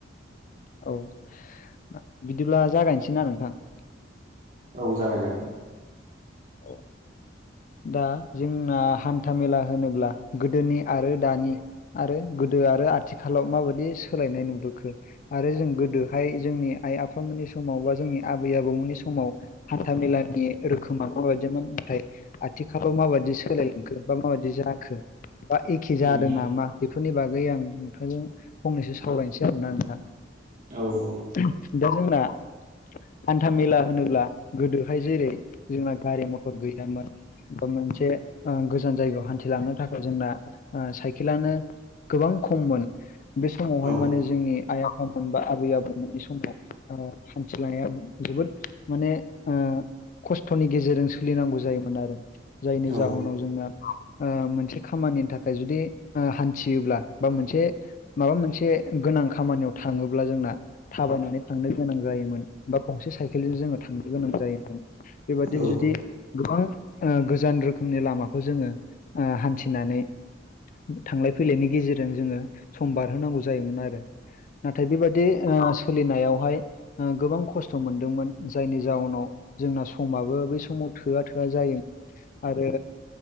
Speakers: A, on the left (about 45°); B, on the right (about 45°).
A: औ औ आ बिदिब्ला जागायनोसै आं नोंथां?
B: औ जागाय जागोन।
A: औ। दा जोंना हान्था मेला होनोब्ला गोदोनि आरो दानि आरो गोदो आरो आथिखालाव माबायदि सोलायनाय नुबोखो? आरो जों गोदोहाय जोंनि आइ आफामोननि समाव बा जोंनि आबै आबौमोननि समाव हान्था मेलानि रोखोम खोमा माबायदिमोन नाथाय आथिखालाव माबायदि सोलायलांखो बा माबायदि जाखो? बा एखे जादों
B: उम
A: नाम बेफोरनि बागै आं नोंथांजों फंनैसो सावरायनोसै आरोना नोंथां।
B: औ औ।
A: ओहोम दा जोंना हान्था मेला होनोब्ला गोदोहाय जेरै जोंना गारि मथर गैयामोन। बा मोनसे ओ गोजान जायगायाव हान्थिलांनो थाखाय जोंना ओ साइकेलानो गोबां खममोन बे समावहाय
B: औ
A: माने जो जोंनि आइ आफामोन बा आबै आबौमोननि समाव ओ हान्थिनाया जोबोद माने ओ खस्थ'नि गेजेरजों सोलिनांगौ जायोमोन आरो। जायनि
B: औ
A: जाउनाव जोंना ओ मोनसे खामानिनि थाखाय जुदि ओ हान्थियोब्ला बा मोनसे माबा मोनसे गोनां खामानियाव थाङोब्ला जोंना थाबायनानै थांनो गोनां जायोमोन। बा गंसे साइकेलजों जोङो थांनो गोनां जायोमोन। बेबादिनो
B: औ
A: जुदि गोबां ओ गोजान रोखोमनि लामाखौ जोङो ओ हान्थिनानै थांलाय फैलायनि गेजेरजों जोङो सम बारहोनांगौ जायोमोन आरो। नाथाय बेबादि ओ सो सोलिनायावहाय ओ गोबां खस्थ' मोनदोंमोन जायनि जाउनाव जोंना समाबो बै समाव थोआ थोआ जायोमोन आरो